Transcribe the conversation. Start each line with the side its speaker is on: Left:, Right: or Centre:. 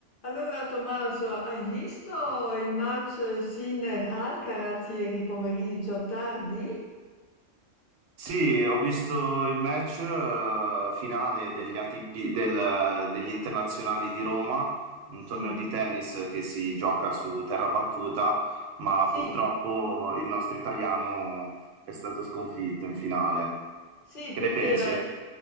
Left: Allora, Tommaso, hai visto il match Sinner-Alcaraz ieri pomeriggio tardi?
Right: Sì, ho visto il match eh, finale degli ATP, del- degli internazionali di Roma, un
Left: Sì,
Right: torneo di tennis che si gioca su terra battuta, ma
Left: Sì,
Right: purtroppo il nostro italiano è stato sconfitto in finale.
Left: sì,
Right: Che
Left: perché
Right: ne pensi?
Left: la,